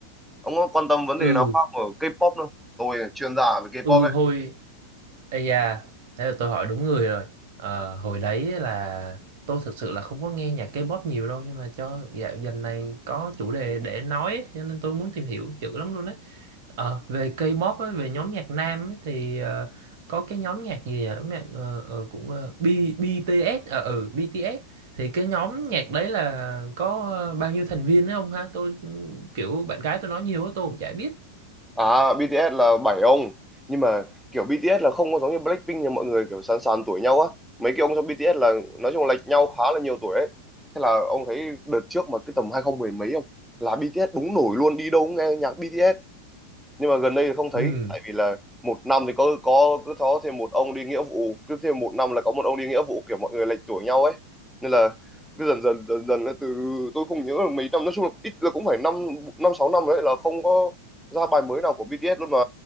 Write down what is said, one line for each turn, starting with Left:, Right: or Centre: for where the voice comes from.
Centre: ông có quan tâm vấn
Right: ừ
Centre: đề nào khác ở K-pop không tôi là chuyên gia về
Right: ừ
Centre: K-pop
Right: hồi ây da thế là tôi hỏi đúng người rồi Ờ, hồi đấy là tôi thực sự là không có nghe nhạc K-pop nhiều đâu nhưng mà cho dạo dần này có chủ đề để nói ấy, cho nên tôi muốn tìm hiểu dữ lắm luôn đấy Ờ, về K-pop ấy, về nhóm nhạc nam ấy, thì ờ, có cái nhóm nhạc gì ở nhạc ờ, ờ, cũng uh, B, BTS ở ừ, BTS thì cái nhóm nhạc đấy là có ờ, bao nhiêu thành viên đấy không ha? Tôi ừ, kiểu bạn gái tôi nói nhiều quá tôi cũng chả biết.
Centre: À, BTS là bảy ông nhưng mà kiểu BTS là không có giống như Blackpink là mọi người kiểu sàn sàn tuổi nhau á mấy cái ông trong BTS là nói chung là lệch nhau khá là nhiều tuổi ấy thế là ông thấy đợt trước mà cái tầm 2010 mấy không là BTS đúng nổi luôn đi đâu cũng nghe nhạc BTS nhưng mà gần đây thì không thấy
Right: Ừ,
Centre: tại vì là một năm thì có có cứ có thêm một ông đi nghĩa vụ cứ thêm một năm là có một ông đi nghĩa vụ kiểu mọi người lệch tuổi nhau ấy nên là cứ dần dần dần dần là từ tôi không nhớ là mấy năm nói chung là ít là cũng phải năm năm sáu năm đấy là không có ra bài mới nào của BTS luôn mà